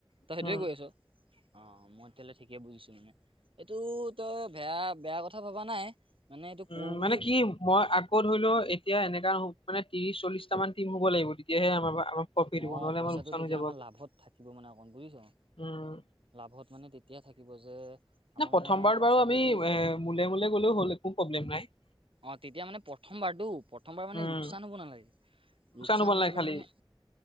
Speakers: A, on the right; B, on the left.
A: তই সেইটোৱে
B: উম
A: কৈ আছ। অ মই তেতিয়া হ'লে ঠিকে বুজিছোঁ মানে, এইটো তই বেয়া বেয়া কথা ভাবা নাই। মানে এইটো
B: উম
A: কৰো বুলি
B: মানে কি মই- তই ধৰি লওঁ এতিয়া এনেকা মানে ত্ৰিশ চল্লিটা মান টিম হ'ব লাগিব, তেতিয়াহে আমাপা আমাৰ- প্ৰফিট হ'ব
A: অঁ
B: নহ'লে
A: পইচাটো
B: আমাৰ লোকচান
A: তেতিয়া
B: হৈ যাব।
A: আমাৰ
B: আকৌ।
A: লাভত থাকিব মানে অকণ বুজিছ।
B: উম।
A: লাভত মানে তেতিয়া থাকিব যে। আমাৰ
B: ন প্ৰথমবাৰ
A: মানে পাছত
B: বাৰ বাবে আমি
A: যদি
B: এ মোলে মোলে গলেও হ'ল একো প্ৰব্লেম নাই।
A: অঁ তেতিয়া মানে প্ৰথমবাৰতো প্ৰথমবাৰ মানে
B: উম,
A: লোকচান হ'ব নালাগে লোকচান
B: হ'ব নালাগে
A: হৈ গ'লে
B: খালি
A: মানে